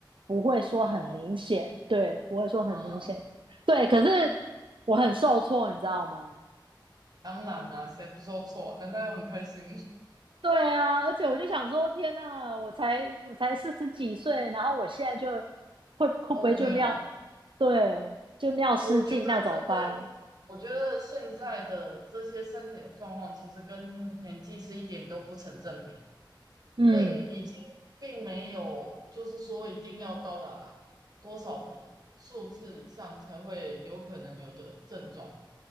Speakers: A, on the right (about 85°); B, on the right (about 50°).
A: 不会说很明显，
B: 哦，
A: 对，不会说很明显。
B: 嗯，
A: 对，可是我很受挫，你知道吗？
B: 当然啦、谁不说错？难道要很开心？
A: 对啊，而且我就想说，天呐，我才我才四十几岁，然后我现在就会会不会就尿，
B: <laughs> 哦，没有，
A: 对，就尿失禁，
B: 我觉得这跟我觉得现在的这些身体的状况，
A: 那怎么办？
B: 其实跟年纪是一点都不成正比的，
A: 嗯，
B: 并已经并没有就是说一定要到达多少的数字以上才会有可能有的症状。